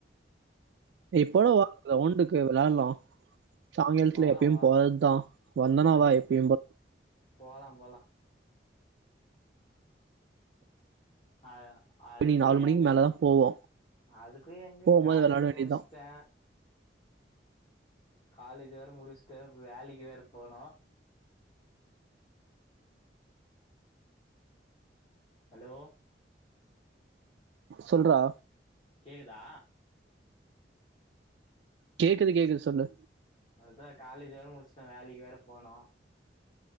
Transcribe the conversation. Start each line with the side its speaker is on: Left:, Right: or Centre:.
Right: இப்போட வா கிரவுண்டுக்கு வெளாண்டோ சாயங்காலத்துல
Left: போலா
Right: எப்யும்
Left: போலா
Right: போறதா வந்தனா
Left: ஆ
Right: வா எப்யும் போ
Left: போலா போலா ஆஹ் டா அதுக்கு
Right: ஈவினிங் நாலு மணிக்கு
Left: எங்க
Right: மேலதா போவோ
Left: அதுக்கு எங்க
Right: போம்போது
Left: காலேஜ்
Right: வெளாட வேண்டியதா
Left: முடுச்சுட்ட காலேஜ் வேற முடுச்சுட்டு வேலைக்கு வேற போனு ஹலோ
Right: சொல்றா
Left: கேக்குதா
Right: கேக்குது கேக்குது சொல்லு
Left: அதா காலேஜ் வேற முடுச்சுட்ட வேலைக்கு வேற போனு